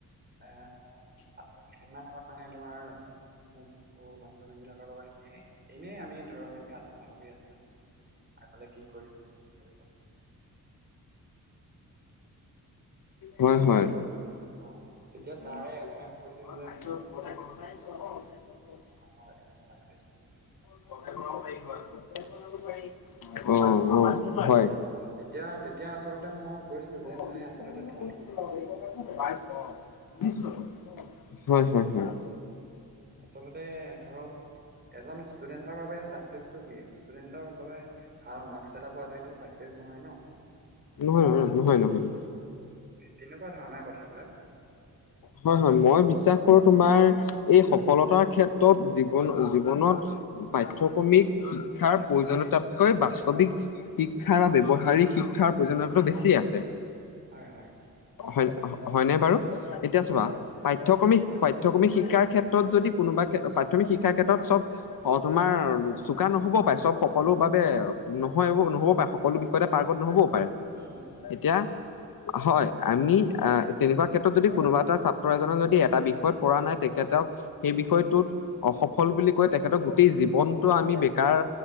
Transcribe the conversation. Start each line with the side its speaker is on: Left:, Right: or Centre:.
Right: এহ, আৰু কেইদিনমান আগত মানে তোমাৰ মোৰ বন্ধু বান্ধৱী বিলাকৰ লগত এনেই, এনেই আমি ধৰক এনেকে আলোচনা কৰি আছিলো। আগলে কি কৰিম কৰিব।
Left: হয়, হয়
Right: অ
Left: <unintelligible>
Right: তেতিয়া তাৰে এজনে কৈছিল যে মই ঘৰৰ এজন চাকচেচফুল
Left: পাৰি অ অ হয়
Right: অ, তেতিয়া-তেতিয়া আচলতে মই। কৈছিলো যে
Left: অ, <unintelligible>
Right: মানে আচলতে ধনী
Left: <unintelligible> পাইছা নাই পাইছো অ দিছো হয়, হয়, হয় তাছত
Right: উম, আচলতে ধৰক এজন ষ্টুডেন্টৰ বাবে চাকচেচটো কি, ষ্টুডেন্টৰ বাবে ভাল মাৰ্কছ এটা পোৱাটো এইটো চাকচেছ নহয় ন।
Left: নহয়, অ, নহয়-নহয়।
Right: তেনেকুৱা ধৰণৰ কথা বিলাক।
Left: হয়, হয় মই বিশ্বাস কৰো তোমাৰ এই সফলতাৰ ক্ষেত্ৰত জীৱন-জীৱনত পাঠ্যক্ৰমিক শিক্ষাৰ প্ৰয়োজনীয় তাতকৈ বাস্তৱিক শিক্ষাৰ ব্যৱহাৰিক শিক্ষাৰ প্ৰয়োজনীয়তটো বেছি আছে।
Right: হয়, হয়
Left: হয় হয় নে বাৰু, এতিয়া
Right: উম
Left: চোৱা পাঠ্যক্ৰমিক, পাঠ্যক্ৰমিক শিক্ষাৰ ক্ষেত্ৰত যদি কোনোবা পাঠ্যমিক শিক্ষাৰ ক্ষেত্ৰত চব অ, তোমাৰ চোকা নহব পাৰে চব সকলো বাবে নহয় নহব পাৰে সকলো পাৰ্গত নহবও পাৰে।
Right: উম উম হয়
Left: এতিয়া হয়, আমি আহ তেনেকুৱা ক্ষেত্ৰত যদি কোনোবা এটা ছাত্ৰ এজনে যদি এটা বিষয়ত পৰা নাই তেখেতক সেই বিষয়টোত অসফল বুলি কয় তেখেতক গোটেই জীৱনটো আমি বেকাৰ